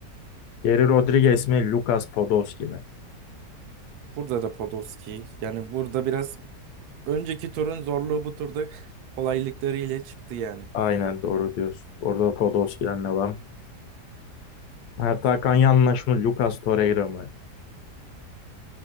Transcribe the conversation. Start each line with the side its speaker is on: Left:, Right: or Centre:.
Left: Geri Rodriguez mi Lucas Podolski mi?
Right: Burada da Podolski. Yani burada biraz Önceki turun zorluğu bu turda <laughs> kolaylıklarıyla çıktı yani.
Left: Aynen doğru diyorsun. Orada Podolski'den devam. Mert Hakan Yanlış mı Lucas Torreira mı?